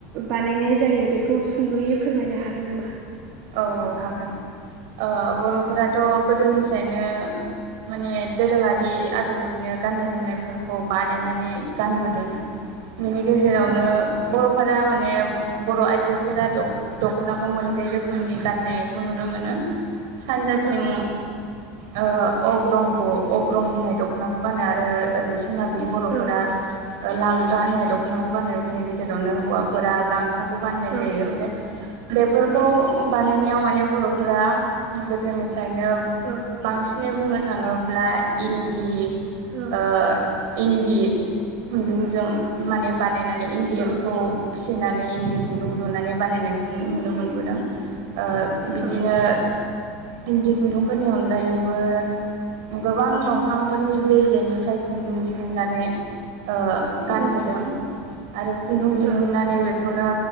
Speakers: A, on the right; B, on the right.
A: बानायनाय जायो बेखौ सुंद'यै फोरमायनो हागोन नामा?
B: औ हागोन ओ बर'फोराथ'
A: औ
B: गोदोनिफ्रायनो माने दोरोङारि आदबैनो गाननाय जोमनायफोरखौ बानायनानै गानबोदों बिनि गेजेरावनो
A: औ
B: बर' फोरा माने बर' आइजोफोरा दख'नाखौ मोननै रोखोम नि गान्नायखौ नुनो मोनो सानजाथिं
A: औ
B: ओ अग्रंखौ अग्रं होननाय दख'नाखौ गानो आरो ओरै सोनाबनि बर'फोरा
A: औ
B: लांगा होनाय दख'नाखौ गाननायनि गेजेरावनो हौवाफोरा गामसा गाननाय
A: औ
B: जायो ओमफ्राय बेफोरखौ
A: औ
B: गाननायाव माने बर'फोरा गोदोनिफ्रायनो
A: औ
B: बांसिन बुंनो थाङोब्ला इन्दि
A: औ
B: ओ इन्दि खुन्दुंजों माने बानायनानै इन्दि
A: औ
B: एम्फौ फि सिनानै इन्दि खुन्दुं लुनानै बानायनायखौ नुनो मोनबोदों ओ बिदिनो।
A: औ
B: इन्दि खुन्दुंफोरनि अनगायैबो गोबां दंफांफोरनि बे जेनिफ्राय खुन्दुं दिहुननानै ओ गानबोदों।
A: औ
B: आरो खुन्दुं
A: औ
B: दिहुनन्नानै बेखौनो